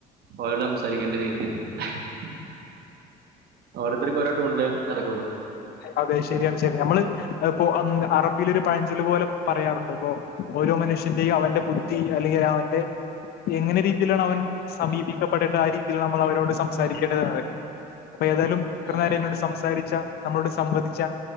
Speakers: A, on the right; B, on the left.
A: ഒലോടംസ് <unintelligible> ഓരോര്ത്തര്ക്കും ഓരോ ടൂൺ ലെ നടക്കുള്ളു.
B: അതെ ശരിയാണ് ച്ചാ നമ്മള് അഅ് പോ <unintelligible> അറബില് ഒരു പഴഞ്ചൊല്ല് പോലെ പറയാറുണ്ട് ബൊ ഓരോ മനുഷ്യന്റെയും അവന്റെ ബുദ്ധി അല്ലെങ്കിലവന്റെ എങ്ങന രീതിയിലാണവൻ സമീപി ഇഷ്ട്ടപ്പെടേണ്ട ആ രീതിയില്നമ്മൾ അവരോട് സംസാരിക്കേണ്ടതാണ്. അപ്പൊ, ഏതായാലും ഇത്ര
A: ആഹ്
B: നേരം എന്നോട് സംസാരിച്ച നമ്മളോട് സംവദിച്ച